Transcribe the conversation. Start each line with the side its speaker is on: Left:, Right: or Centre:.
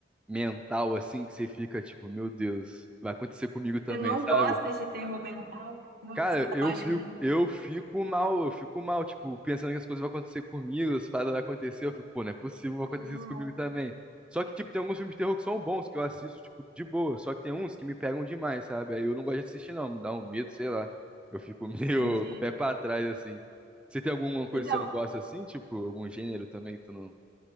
Centre: mental, assim, que você fica, tipo, meu Deus, vai acontecer comigo também,
Right: Você não
Centre: sabe?
Right: gosta de terror mental, terror
Centre: Cara,
Right: psicológico,
Centre: eu fico,
Right: né?
Centre: eu fico mal, eu fico mal, tipo, pensando que as coisas vão acontecer comigo, as paradas vão acontecer, eu fico, pô, não é possível, vai acontecer
Right: Ah,
Centre: isso comigo também. Só que, tipo, tem alguns filmes de terror que são bons, que eu assisto, tipo, de boa, só que tem uns que me pegam demais, sabe? Aí eu não gosto de assistir, não, me dá um medo, sei lá. Eu fico <laughs> meio
Right: entendi.
Centre: com o pé pra trás, assim. Você tem alguma coisa
Right: Então,
Centre: que você não gosta assim, tipo, algum gênero também que tu não, tu